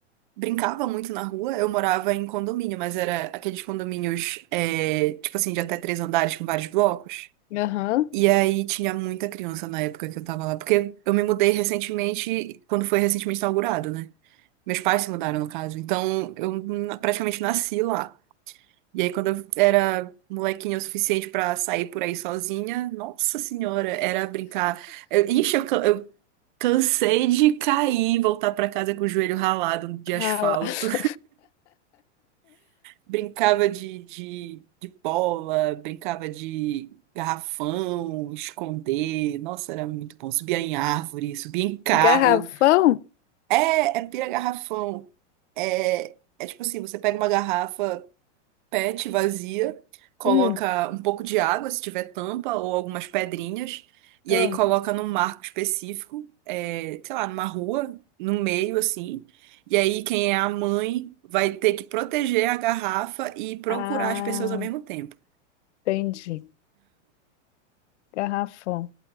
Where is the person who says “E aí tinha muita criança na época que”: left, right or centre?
Right